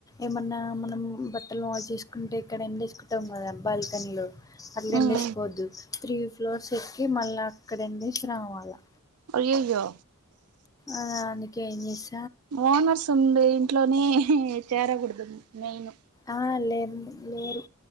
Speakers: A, on the left; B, on the right.
A: ఏమన్నా మనం బట్టలు వాష్ చేసుకుంటే ఇక్కడ ఎండేసూకుంటాం గదా బల్ కని లో అట్లేండేసుకోవద్దు
B: ఉమ్
A: త్రీ ఫ్లోర్స్ ఎక్కి మళ్ళ అక్కడ ఎండేసి రావాలా
B: అయ్యయ్యో
A: అదే అందుకే ఏం జేస్
B: ఓనర్స్ ఉండే ఇంట్లోనే చేరగూడదు మెయిన్
A: ఆ లేర్ లేరు